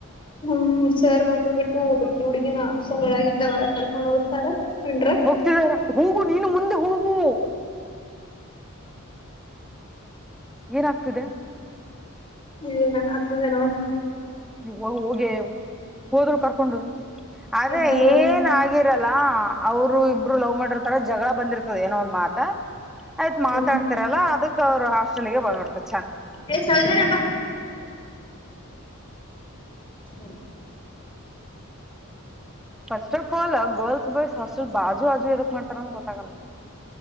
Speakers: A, on the left (about 25°); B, in the centre.
A: ಹ್ಮ್ ಸರ್ ಬಂದು ಬಿಟ್ಟು ಬಟ್ಟಿ ಹುಡ್ಗಿನ ಹಸೊಳಗಿಂದ ಹೊರ ಕರ್ಕೊಂಡ್ ಹೋಗ್ತಾರ ಹೊಂಟ್ರ
B: ಹೋಗ್ತಿದಾರ ಹೂಗು ನೀನು ಮುಂದೆ ಹೋಗು ಏನಾಗ್ತಿದೆ
A: ಇ ನಾನ ಆತದೇನವಾ
B: ನೀ ಹೋಗೇ ಹೋದ್ರು ಕರ್ಕೊಂಡು ಅದೇ
A: ಕರ್ಕೊಂಡ್ ಹೋದ
B: ಏನ್ ಆ ಅಲ್ಲ ಅವರು ಇಬ್ರು ಲವ್ ಮಾಡಿರ್ತಾರ ಜಗಳ ಬಂದಿರ್ತದ ಏನೋ ಒಂದ್ ಮಾತ. ಆಯ್ತ ಮಾತಡ್ತಿರಲ್ಲ
A: ಹ್ಮ್
B: ಅದಕ್ ಅವ್ರು ಹಸ್ಲ್ ಗೆ ಬಂದಬಿಡ್ತಾರೆ.
A: ಎ Soujanya <inaudible> <unintelligible>
B: first of all girls boys hostel ಬಾಜು ಆಜು ಎದಕ್ ಮಾಡ್ತಾರ ಗೊತ್ತಾಗಲ್ಲ.